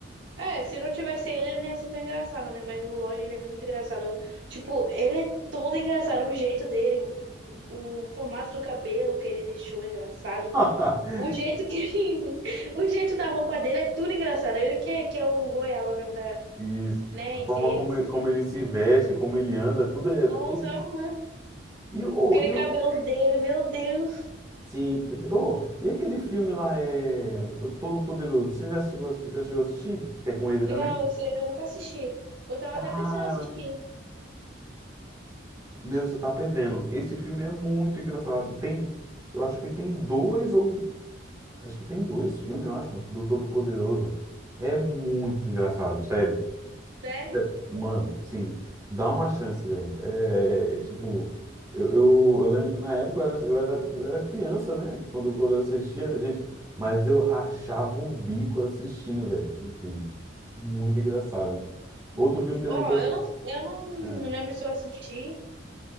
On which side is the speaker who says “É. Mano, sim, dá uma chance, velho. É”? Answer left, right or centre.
Right